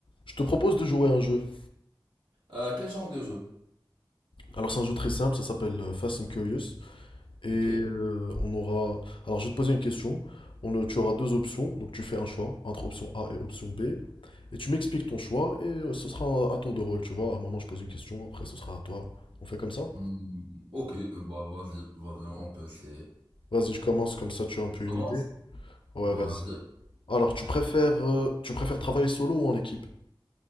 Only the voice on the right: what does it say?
Euh, quel genre de jeu?
Ok.
Hmm, ok, euh, bah vas-y, vas-y, on peut essayer.
Tu commences?
Vas-y.
Allez.